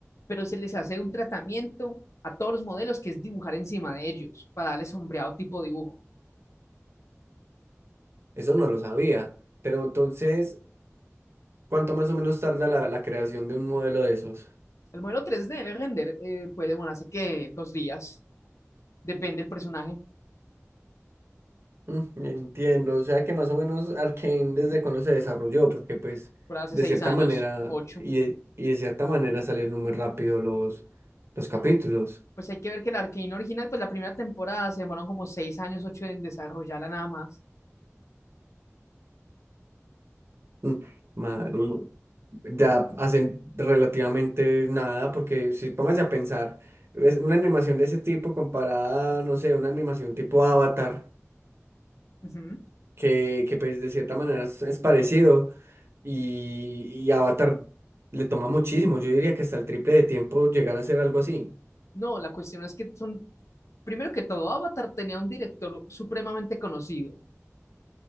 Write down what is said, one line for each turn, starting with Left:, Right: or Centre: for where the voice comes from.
Left: pero se les hace un tratamiento a todos los modelos que es dibujar encima de ellos para darle sombreado tipo dibujo.
Right: eso no lo sabía, pero entonces, ¿cuánto más o menos tarda la, la creación de un modelo de esos?
Left: El modelo tres d el render, eh, puede demorarse que dos días, depende del personaje,
Right: Mm, Entiendo, o sea que más o menos Arkane desde cuando se desarrolló, porque pues
Left: por hace
Right: de
Left: seis
Right: cierta
Left: años,
Right: manera
Left: ocho.
Right: y de, y de cierta manera salieron muy rápido los, los capítulos.
Left: Pues hay que ver que el Arcane original, pues la primera temporada se demoraron como seis años, ocho en desarrollarla nada más.
Right: Mm, marica, ya hacen relativamente nada, porque si póngase a pensar, es una animación de ese tipo comparada, no sé, una animación tipo Avatar,
Left: Ujú.
Right: que, que pues de cierta manera es, es parecido y, y Avatar le toma muchísimo, yo diría que hasta el triple de tiempo llegar a hacer algo así.
Left: No, la cuestión es que son, primero que todo, Avatar tenía un director supremamente conocido,